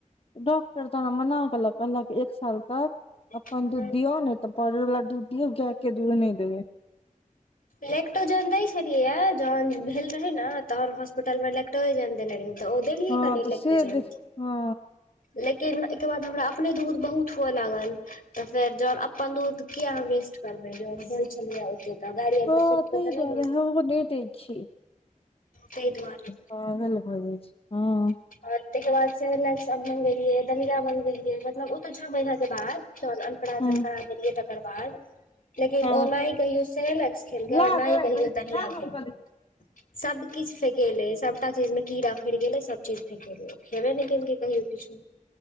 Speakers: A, on the left (about 45°); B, on the left (about 85°).
A: डॉक्टर तऽ हमरा मना केलक कहलक एक साल तक अपन
B: ह
A: दूध दियऔ नेै- तऽ पाउडरवला दूध दियौ गेए के दूध नै देबै।
B: लेक्टोजन दै छलियै येए जहन भेल रहेै ने तहन हॉस्पिटल मे लेक्टोजन देने रहेै। तऽ ओ दलियै
A: हँ
B: कनि
A: तऽ
B: लेक्टोजन।
A: से दे हँ
B: लेकिन एहिके बाद हमरा अपने दूध बहुत हुअ लागल। तऽ फेर जहन अपन दूध के कीया हम वेस्ट करबै जहन होइ छेलै ओते तऽ। गाड़ी आर
A: हँ
B: के फेकतै
A: तऽ तैयदुआरे
B: नहि ने
A: हमहूँ नै दैय छीयै।
B: ताहि दुआरे
A: पागल भऽ जाय छै हँ।
B: ताहिके बाद से सेरोलैक्स मंगबेलियै दलिया मंगवेलियै मतलब ओ तऽ छ महीन के बाद। <unintelligible> अनपरासन
A: हँ
B: करा देलियै तकर बाद लेकिन
A: हँ
B: ओ नहि कहियो सेेरेलेक्स- खेलकेै
A: ला
B: और नै
A: गै
B: कहियो
A: बहिन
B: दलिया
A: ला
B: खेलकेै।
A: हम कऽ दै
B: सबकिछ फेकेले सबटा चीज मे कीड़ा फइड़ गेलै सब चीज फेेकेले ओ खेबे नै केलकै कहियो किछो।